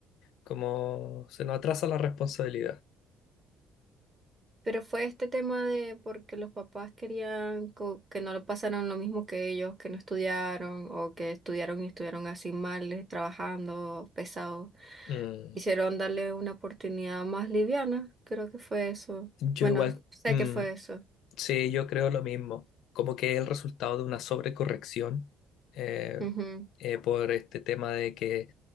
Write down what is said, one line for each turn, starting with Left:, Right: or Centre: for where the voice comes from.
Left: cómo se nos atrasa la responsabilidad.
Right: Pero fue este tema de porque los papás querían co- que no lo pasaran lo mismo que ellos, que no estudiaron o que estudiaron y estuvieron así mal, eh, trabajando, pesados.
Left: Mm,
Right: Quisieron darle una oportunidad más liviana, creo que fue eso.
Left: yo
Right: Bueno,
Left: igual,
Right: sé
Left: mm,
Right: que fue eso.
Left: sí, yo creo lo mismo, como que es el resultado de una sobrecorrección eh,
Right: Ujú,
Left: eh, por este tema de que,